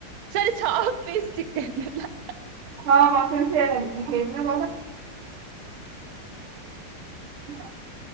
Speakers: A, on the right; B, on the right.
A: ସରି ଛଅ ପିସ୍ ଚିକେନ ଦେଲା।
B: ହଁ ମତେ ସେଇଆ ଲାଗୁଚି। ସେଇଦିନ। <unintelligible>